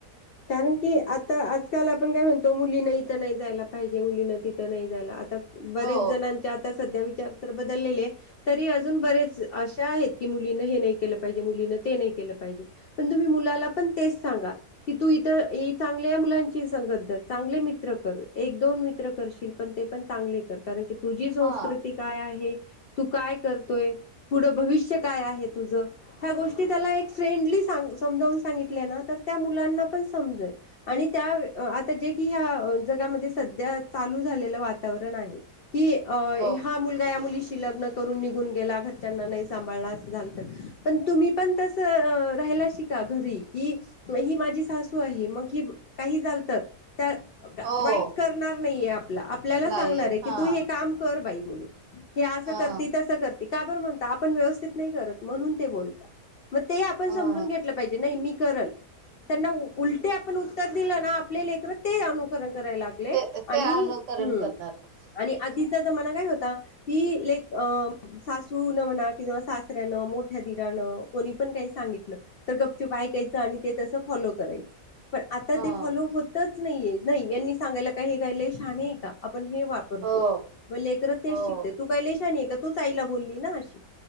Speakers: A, on the left; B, on the right.
A: कारण की आता आजकाल, आपण काय म्हणत? तो मुलीन इथं नाही जायला पाहिजे मुलीन तिथं नाही जायला आता बरेच
B: हो
A: जणांच्या. सध्या, विचार तर बदललेले. तरी अजून बरेच, अशा आहेत की मुलीन हे नाही केलं पाहिजे मुलीन ते नाही केलं पाहिजे. पण तुम्ही मुलाला, पण तेचं सांगा. कि तू इतर चांगल्या मुलांची संगत र चांगले मित्र, कर एक दोन मित्र, करशील. पण ते पण चांगले कर कारण कि तुझी संस्कृती
B: हा
A: काय आहे तू काय करतोयं. पुढं भविष्य काय आहे तुझं? ह्या गोष्टी त्याला एक फ्रेंडली, समजून सांगित ना त्या मुलांना पण समजलं आणि त्या जे की ह्या जगामध्ये सध्या, चालू झालेलं वातावरण आहे. हि अ
B: हो
A: हा मुलगा या मुलीशी लग्न करून निघून गेला घरच्यांना नाही सांभाळला, असं झालं तर पण तुम्ही पण तसं राहायला शिका घरी कि. ही माझी सासू आहे, मग काही झाल तर त्या तर
B: हो
A: वाईट कर. होणार नाही आप - आपल्याला सांगणार
B: नाहीये हा
A: की तू हे काम कर बाई म्हणून हि अस
B: हा
A: करती तसं करती का बरं म्हणता? आपण व्यवस्थित नाही करत म्हणून ते बोलता मग ते आपण
B: हा
A: समजून घेत टलं पाहिजे नाही मी करल. त्यांना उलटे आपण उत्तर दिलं ना आपले लेकर ते अनुकरण करायला लाग ले
B: ते ते
A: आणि
B: अनुकरण
A: हम्म
B: करणार
A: आणि आधीचा
B: ह
A: जमाना काय होता कि लेक अ सासू न म्हणा किंवा सासऱ्यानं, मोठ्या दिरानं, कोणी पण काही सांगितलं तर गपचुप ऐकायचं आणि ते तस फॉलो करायचं पण आता
B: हो
A: ते फॉलो होत तचं नाहीये. नाही यांनी सांगायला का हे काय लय शहाने आहे का आपण हे वा करतोय.
B: हो
A: मग लेकरच तेच
B: हो
A: शिकतय तू काय लय शहानी आहे का तूच आईला बोलली ना अशी